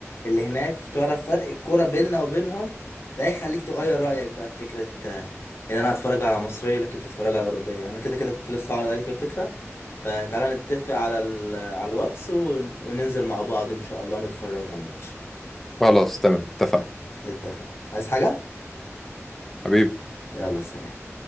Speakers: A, on the left; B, in the centre.
A: اللي هناك تعرف فرق الكرة بيننا وبينهم ده هيخليك تغير رأيك بقى في فكرة آه، ان انا هتفرج على مصرية لكن مش هتفرج على أوروبية انا كده كده كنت لسه عارض عليك الفكرة فتعالى نتفق على ال... على الواتس ون- وننزل مع بعض ان شاء الله نتفرج على الماتش
B: خلاص تمام اتفقنا
A: اتفقنا عايز حاجة؟
B: حبيبي
A: يلا سلام